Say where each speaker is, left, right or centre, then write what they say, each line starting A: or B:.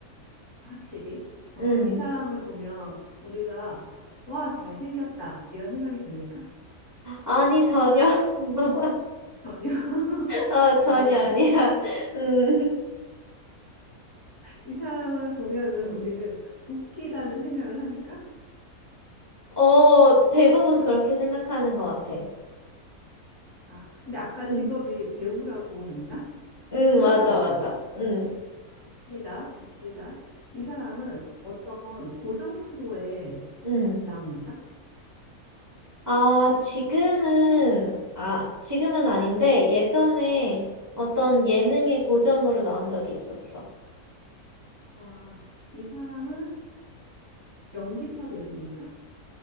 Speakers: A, on the left; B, on the right.
A: 확실히. 어,
B: 음.
A: 이 사람을 보면 우리가 와, 잘생겼다. 이런 생각이 듭니까?
B: 아니, 전혀. <laughs>
A: 전혀. <laughs>
B: 어, 전혀
A: 전혀라.
B: 아니야. <laughs> 음.
A: 이 사람을 보면은
B: 음.
A: 우리는 웃기다는 생각을 하니까?
B: 어, 대부분 그렇게 생각하는 것 같아.
A: 아, 근데 아까
B: 음.
A: 직업이 배우라고 했나?
B: 음,
A: 배우라고
B: 맞아,
A: 했지.
B: 맞아. 음.
A: 웃기다, 웃기다. 이 사람은 어떤 고정 프로에
B: 음.
A: 나옵니까?
B: 아, 지금은, 아, 지금은 아닌데, 예전에 어떤 예능의 고정으로 나온 적이 있었어.
A: 아, 이 사람은 연기파 배우입니까?